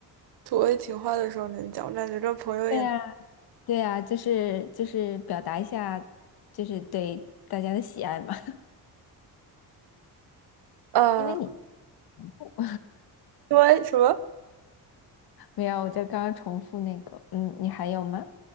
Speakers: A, on the right; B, on the left.
A: 土味情话的时候能讲，我感觉这朋友也，
B: 对呀，对呀，就是就是表达一下，就是对大家的喜爱嘛。<laughs>
A: 呃，
B: 因为你 <laughs>
A: 因为什么？
B: 没有，我就刚刚重复那个，嗯，你还有吗？